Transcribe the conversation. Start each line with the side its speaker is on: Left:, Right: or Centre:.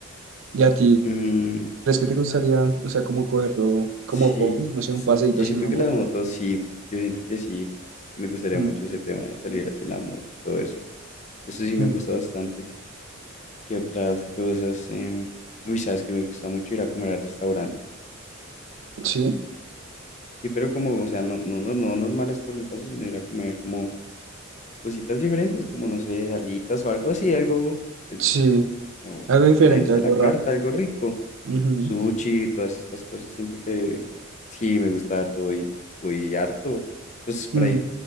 Right: ¿Y a ti?
Left: Mm,
Right: ¿Crees que te gustaría, o sea, como cogerlo como
Left: sí,
Right: hobby? No sé,
Left: s-
Right: un paseíto
Left: yo
Right: así
Left: siento
Right: en la
Left: que
Right: moto.
Left: las motos sí, yo siento que sí, me gustaría
Right: Ujú.
Left: mucho ese tema de salir así en la moto y todo eso. Eso sí me
Right: Mm.
Left: gusta bastante. ¿Qué otras cosas? Em, uy, sabes que me gusta mucho ir a comer a restaurantes.
Right: Sí,
Left: Sí, pero como, o sea, no, no, no, no normales corrientazos, sino ir a comer como cositas diferentes, como no sé, alitas o algo así, algo pues
Right: sí.
Left: como
Right: Algo
Left: diferente
Right: diferente, algo
Left: a la carta,
Right: raro.
Left: algo rico.
Right: Ujú.
Left: Sushi, todas estas cosas, siento que sí me gusta harto, voy, voy harto, pues por
Right: Mm,
Left: ahí